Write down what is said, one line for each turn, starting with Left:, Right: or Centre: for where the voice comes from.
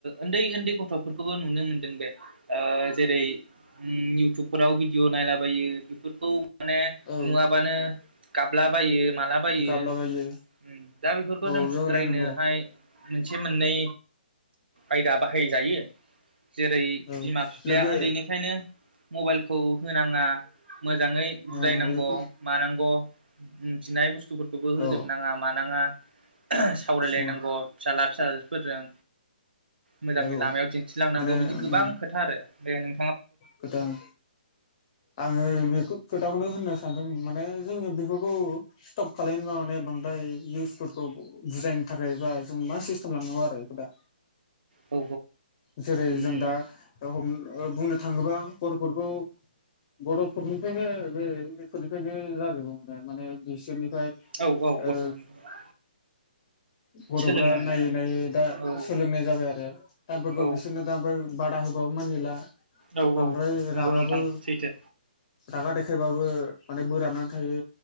Right: उन्दै उन्दै गथ'फोरखौबो नुनो मोनदों बे ओ जेरै उम इउटुब फोराव भिडिअ नायलाबायो बेफोरखौ माने
Left: औ
Right: नुवाबानो गाबलाबायो मालाबायो
Left: गाबलाबायो
Right: उम दा बेफोरखौ
Left: औ
Right: जों
Left: बेयाव
Right: सुद्रायनोहाय
Left: होलायनांगौ
Right: मोनसे मोननै आयदा बाहायजायो जेरै
Left: औ
Right: बिमा बिफाया
Left: दा बे
Right: उन्दैनिफ्रायनो मबाइलखौ होनाङा मोजाङै बुजायनांगौ
Left: ओ बेफोर
Right: मानांगौ बिनाय बु स्थुफोरखौबो
Left: औ
Right: होजोब नाङा मानाङा सावरायलायनांगौ
Left: उम
Right: फिसाला फिसाफोरजों मोजांनि
Left: औ
Right: लामायाव दिन्थिलांनांगौ
Left: माने
Right: बिदि
Left: उम
Right: गोबां खोथा आरो दे नों
Left: गोदान आङो बेखौ खोथाखौनो होननो सानदों माने जोङो बेफोरखौ स्टप खालायनोबा माने बांद्राय इउस फोरखौ बुजायनो थाखाय बा जों मा सिस्टेम लांनांगौ आरो बेखौ दा
Right: औ
Left: जेरै
Right: उम
Left: जों दा हम ओ बुंनो थाङोबा गथ'फोरखौ बर'फोरनिफ्रायनो बे मुलिफोरनिफ्रायनो जाजोबो माने माने बिसोरनि ओमफ्राय
Right: औ गथ'फोरखौ
Left: ओ गथ'फ्रा
Right: सोलोंनो मोनो
Left: नायै नायै दा
Right: औ
Left: सोलोंनाय जाबाय आरो टाइमफोरखौ
Right: औ
Left: बिसोरनो दा ओमफ्राय बादा होबाबो मानिला
Right: औ
Left: बांद्राय
Right: औ नंगौ
Left: रागाबो
Right: नोंथां सैथो
Left: रागा दे खायबाबो माने बोराबना थायो